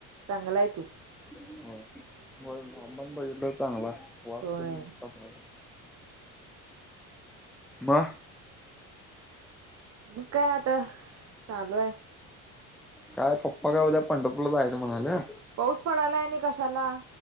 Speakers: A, on the right (about 45°); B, in the centre.
A: चांगल आहे तूंप.
B: व्हयं व्हयं आम्हीं पणं बघितलं चांगल हांय वांस
A: होय.
B: तेन चांगल मं
A: मं कायं आंता चालूं आहे.
B: कायं पप्पां कायं उद्यां पंढपूरला जायचं म्हणांल्या
A: पाऊस पडांलाय आणि कशांला?